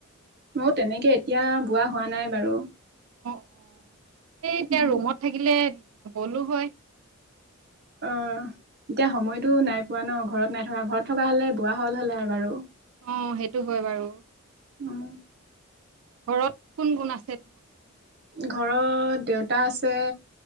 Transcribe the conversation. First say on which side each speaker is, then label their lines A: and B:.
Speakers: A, on the right; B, on the right.
A: মও তেনেকে, এতিয়া বোৱা হোৱা নাই বাৰু।
B: অ' অ', এই এতিয়া
A: উম
B: ৰুমত থাকিলে গ'লো হয়।
A: অ' এতিয়া সময়তো নাই পোৱা ন? ঘৰত নাই থকা, ঘৰত থকা হ'লে বোৱা হ'ল হ'লে আৰু বাৰু।
B: অ' সেইটো হয় বাৰু।
A: উম
B: ঘৰত কোন গুণ আছে?
A: ঘৰত দেউতা আছে